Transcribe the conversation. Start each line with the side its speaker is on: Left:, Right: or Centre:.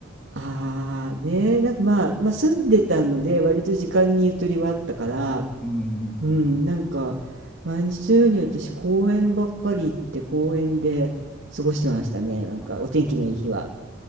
Right: ああねなんかまあ、まあ住んでたので割と時間にゆとりはあったから、
Centre: うん。
Right: うん、なんか毎日のように私公園ばっかり行って公園で過ごしてましたねなんかお天気のいい日は。
Centre: うん